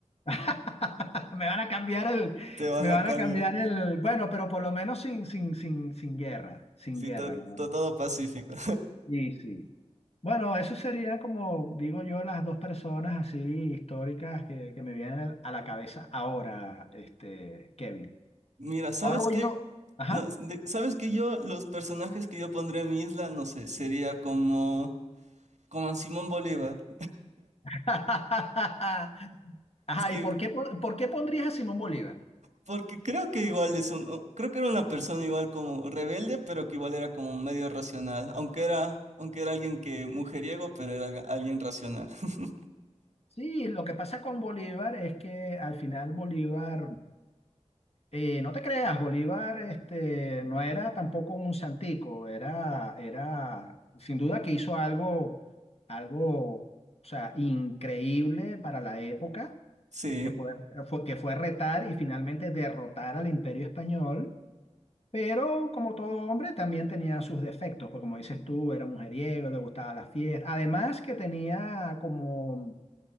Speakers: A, on the left; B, on the right.
A: <laughs> Me van a cambiar el,
B: Te van
A: me
B: a
A: van
B: cambiar.
A: a cambiar el, bueno, pero por lo menos sin, sin, sin, sin guerra, sin
B: Sí,
A: guerra,
B: to-
A: la verdad.
B: to- todo, pacífico.
A: Sí, sí. Bueno, eso serían como digo yo las dos personas así históricas que, que me vienen a la cabeza ahora, este, Kevin.
B: Mira, ¿sabes
A: Ahora voy
B: qué?
A: yo. Ajá.
B: No, de- ¿sabes qué? Yo, los personajes que yo pondría en mi isla, no sé, sería como, como a Simón Bolívar.
A: <laughs> Ajá,
B: Es que,
A: ¿y por qué, po- por qué pondrías a Simón Bolívar?
B: porque creo que igual es un, o- creo que era una persona igual como rebelde, pero que igual era como medio racional, aunque era, aunque era alguien que mujeriego, pero era ga- alguien racional. <laughs>
A: Sí, lo que pasa con Bolívar es que al final Bolívar, eh, no te creas, Bolívar este, no era tampoco un santico, era, era sin duda que hizo algo, algo, o sea, increíble para la época,
B: Sí,
A: que fue, fue- que fue retar y finalmente derrotar al Imperio Español. Pero como todo hombre también tenía sus defectos, porque como dices tú, era mujeriego, le gustaba la fiesta. Además que tenía como